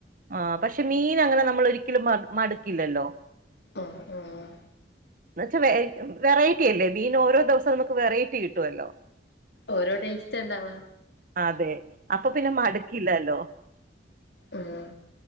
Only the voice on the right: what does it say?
ആ പക്ഷെ മീൻ അങ്ങനെ നമ്മള് ഒരിക്കലും മട് മട്ക്കില്ലല്ലോ
എന്ന് വച്ചാ വെ വെറൈറ്റി അല്ലേ മീന് ഓരോ ദിവസം നമുക്ക് വെറൈറ്റി കിട്ടുവല്ലോ
അതെ അപ്പ പിന്നെ മടക്കില്ലലോ